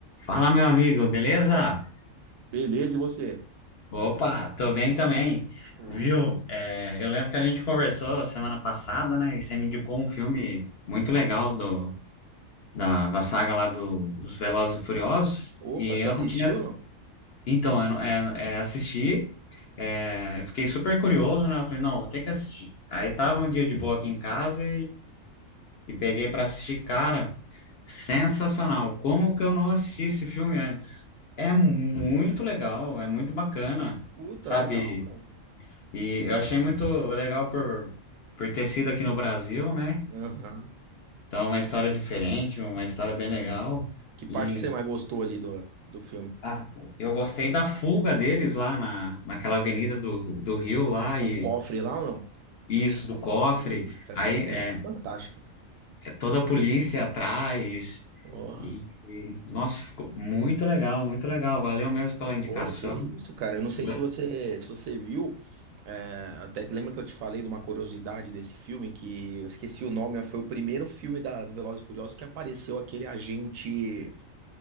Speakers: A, on the left; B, on the right.
A: Fala, meu amigo, beleza?
B: Beleza, e você?
A: Opa, tô bem também.
B: Show.
A: Viu? É, eu lembro que a gente conversou semana passada, né? E você me indicou um filme muito legal do, da, da saga lá do- dos Velozes e Furiosos.
B: Opa,
A: E
B: você
A: eu
B: assistiu,
A: não tinha.
B: não?
A: Então, eu não- é, é, assisti, é, fiquei super curioso, né? Eu falei, não, vou ter que assistir. Aí tava um dia de boa aqui em casa E peguei para assistir, cara, sensacional. Como que eu não assisti esse filme antes? É muito legal, é muito bacana,
B: Puta,
A: sabe?
B: legal, cara.
A: E eu achei muito legal por, por ter sido aqui no Brasil, né?
B: Aham.
A: Então, é uma história diferente, uma história bem legal.
B: Que parte
A: E
B: que você mais gostou ali do, do filme?
A: ah, eu gostei da fuga deles lá na, naquela avenida do, do Rio lá
B: Com
A: e,
B: o cofre lá ou não?
A: e isso do cofre.
B: Putz, essa
A: Aí,
B: cena
A: é,
B: é fantástica.
A: é toda a polícia atrás.
B: Porra.
A: E, e, nossa, ficou muito legal, muito legal. Valeu mesmo pela indicação.
B: Pô, que isso, cara. Eu não sei
A: Gos-
B: se você, se você viu. é, até lembra que eu te falei de uma curiosidade desse filme que eu esqueci o nome, mas foi o primeiro filme da, do Velozes e Furiosos que apareceu aquele agente.